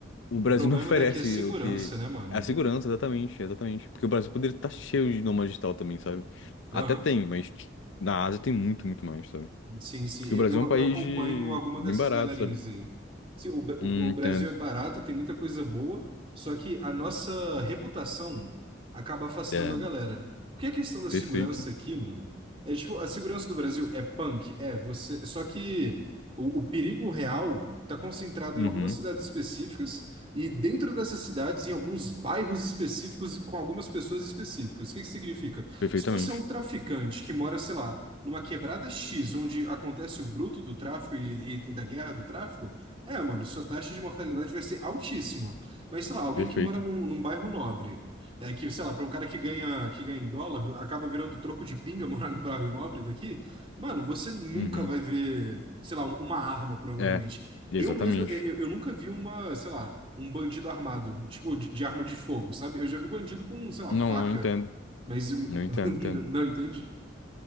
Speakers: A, on the left (about 90°); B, on the right (about 30°).
A: o Brasil
B: O problema
A: não <laughs> oferece
B: daqui é segurança,
A: o que.
B: né, mano?
A: A segurança, exatamente, exatamente. Porque o Brasil poderia estar cheio de nômade digital também, sabe? Até
B: Aham.
A: tem, mas na Ásia tem muito, muito mais, sabe?
B: Sim, sim.
A: Porque
B: Eu,
A: o Brasil
B: eu
A: é um país
B: eu acompanho
A: de-
B: alguma
A: bem
B: dessas
A: barato,
B: galerinhas
A: sabe?
B: aí. Sim, o, Bra- o
A: Hum,
B: o
A: entendo.
B: Brasil é barato, tem muita coisa boa, só que a nossa reputação acaba afastando
A: É,
B: a galera. Porque a questão da
A: perfeito.
B: segurança aqui, mano, é tipo, a segurança do Brasil é punk, é, você. Só que o, o perigo real tá concentrado
A: Uhum.
B: em algumas cidades específicas e dentro dessas cidades, em alguns bairros específicos e com algumas pessoas específicas. O que que significa?
A: Perfeitamente.
B: Se você é um traficante que mora, sei lá numa quebrada X, onde acontece o bruto do tráfico e, e- e da guerra do tráfico, é, mano, sua taxa de mortalidade vai ser altíssima. Mas, sei lá, alguém
A: Perfeito.
B: que mora num, num bairro nobre, é, que, sei lá, para um cara que ganha, que ganha em dólar, acaba virando troco de pinga <laughs> morar num bairro nobre daqui, mano, você nunca
A: Uhum.
B: vai ver, sei lá, uma arma, provavelmente.
A: É, exatamente.
B: Eu mesmo, eu, eu eu nunca vi uma, sei lá, um bandido armado, tipo, de, de arma de fogo, sabe? Eu já vi bandido com, sei lá,
A: Não,
B: faca,
A: não entendo.
B: mas... <laughs>
A: Não entendo, entendo.
B: Não, entende?